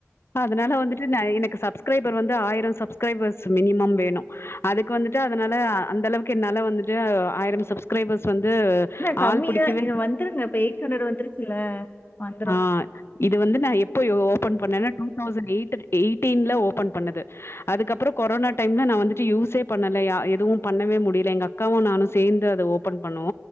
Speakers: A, on the left; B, on the left.
A: அதுனால வந்துட்டு நைன்னுக்கு சப்ஸ் சப்க்ஸ்ரைபர் வந்து ஆயிரோ சப்ஸ்க்ரைபர்ஸ் மினிமம் வேணு அதுக்கு வந்துட்டு அதனால அந்தளவுக்கு க்கு என்னால வந்துட்டு ஆயிரம் சப்ஸ்க்ரைபர்ஸ் வந்து
B: என்ன கம்மியா
A: ஆள் புடிக்கவே
B: இத வந்துருங்க இப்ப எயிட் ஹண்ட்ரட் வந்துருச்சுல்ல வந்துரு
A: ஆ. இது வந்து நா எப்போ ஓபன் பண்ணன்னா டூ தௌசண் எய்ட் எயிட்டீன்ல ஓபன் பண்ணது அதுக்கப்பறோ கொரோனா டைம்ல நா வந்துட்டு யூஸே பண்ணலா யா எதுவு பண்ணவே முடி எங்க அக்காவு நானு சேந்து அத ஓபன் பண்ணோ